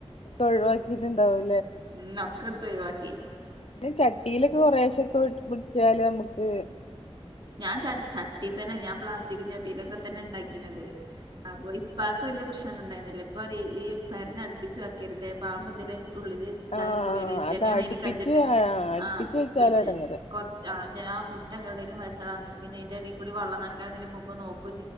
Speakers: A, on the left; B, on the right.
A: ഒഴിവാക്കിയിട്ടുണ്ടാവും
B: ഉം ഒക്കെട്ത് ഒയിവാക്കി
A: പിന്നെ ചട്ടിയിലൊക്കെ കൊറേശൊക്കെ പിടിച്ചാല് നമ്മക്ക്
B: ഞാൻ ചട്ടി ചട്ടി തന്നെ ഞാൻ പ്ലാസ്റ്റിക്കും ചട്ടിയിലൊക്കെ തന്നെ ഇണ്ടാക്കി അപ്പൊ ഇപ്പാക്ക് വല്യ പ്രശ്ന ന്നൊണ്ടാർന്നില്ല. ഇപ്പ പറിം ഈ പരന്ന് അടുപ്പിച്ച് വേക്കര്തെ പാമ്പ്‌ എന്തേലും ഉള്ളില് ഇതായി
A: ആഹ്
B: കൂടിയാല് ഇജ്ജന്നേണ്
A: അത് അടുപ്പിച്ച്
B: അയില് കജ്ജിട്ട്
A: ആഹ് അടുപ്പിച്ച്
B: ആ
A: വെച്ചാലാ
B: പിന്നെ
A: എടങ്ങേറ്
B: കൊറച്ച് ആ മുട്ട എവിടേലും വെച്ച <unintelligible> <unintelligible> പിന്നയിന്റെ എടേ ക്കൂടി വെള്ളം നനക്കാനും ഇതിനും പോകുമ്പോ നോക്കോ